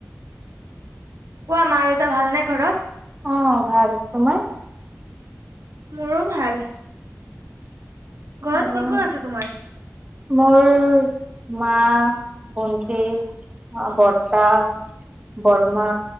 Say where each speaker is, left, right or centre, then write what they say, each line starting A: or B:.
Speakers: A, on the right; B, on the right.
A: কোৱা মা দেউতা ভালনে ঘৰত
B: অঁ ভাল তোমাৰ
A: মোৰো ভাল ঘৰত
B: উম
A: কোন কোন আছে তোমাৰ
B: মোৰ মা ভন্তি টি বৰ্তটা বৰমা